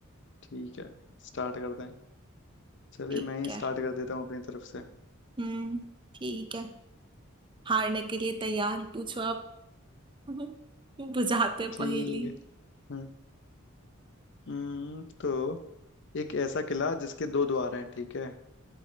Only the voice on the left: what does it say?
ठीक है स्टार्ट करते हैं चलिए
मैं ही
स्टार्ट कर देता हूँ अपनी तरफ से <laughs>
ठीक
है हम्म, हम्म, तो एक ऐसा किला जिसके दो द्वार हैं ठीक है